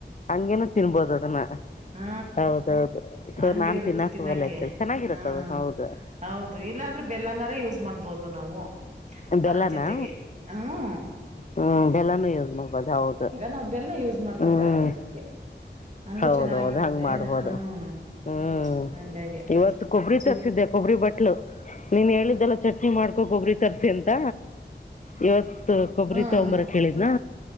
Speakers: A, on the left; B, on the right.
A: ಹಂಗೇನು ತಿನ್ಬೋದು ಅದನ್ನ
B: ಹ್ಮ
A: ಹೌದೌದು ಸೊ
B: ಹಂಗೆ
A: ನಾನ್
B: ಇರುತ್ತೆ
A: ತಿನ್ನಾಕ್
B: ತಿನ್ನಾಕೆ
A: ಹೋಗಲ್ಲ ಹೆಚ್ಚಾಗ್ ಚೆನ್ನಾಗಿರುತ್ತದು
B: ಹ್ಮ
A: ಹೌದು
B: ಹೌದು ಇಲ್ಲಾಂದ್ರೆ ಬೆಲ್ಲನಾರ ಯೂಸ್ ಮಾಡ್ಬೋದು ನಾವು
A: ಬೆಲ್ಲನಾ
B: ಅದ್ರ ಜೊತೆಗೆ ಹ್ಮ
A: ಹ್ಮ್ ಬೆಲ್ಲಾನ ಉಜ್ ಹದ್ ಹೌದು
B: ನಾವ್ ಬೆಲ್ಲ ಯೂಸ್ ಮಾಡ್ಕೊಬ್ರ
A: ಹ್ಮ್
B: ಆಯ್ತ ಅದಕ್ಕೆ ಹಂಗು
A: ಹೌದೌದ
B: ಚೆನ್ನಾಗಿರುತ್ತೆ
A: ಹಂಗ್ ಮಾಡ್ಬೋದು
B: ಹ್ಮ್
A: ಹ್ಮ್
B: ಹಂಗಾಗಿ
A: ಇವತ್ತು ಕೊಬ್ಬರಿ
B: ಸು
A: ತರ್ಸಿದ್ದೆ ಕೊಬ್ಬರಿ ಬಟ್ಲು ನೀನ್್ ಹೇಳಿದ್ದಲ್ಲ ಚಟ್ನಿ ಮಾಡ್ಕೊಕ್ ಒಬ್ರಿ ತರ್ಸಿ ಅಂತ ಇವತ್ ಕೊಬ್ಬರಿ
B: ಹ್ಮ್
A: ತಂಬರ ಕೇಳಿದ್ನಾ